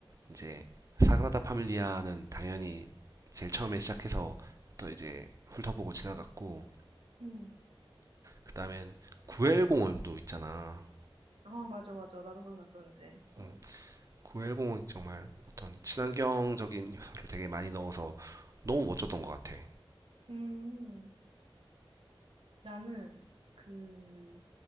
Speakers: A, on the right; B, on the right.
A: 이제 사그라다 파밀리아는 당연히 제일 처음에 시작해서 또 이제 훑어보고 지나갔고
B: 응.
A: 그다음엔 구엘공원도 있잖아.
B: 아 맞아 맞아 나도 거기 갔었는데. 어.
A: 음, 구엘공원이 정말 어떤 친환경적인 요소를 되게 많이 넣어서 너무 멋졌던 것 같아.
B: 음. 나는 그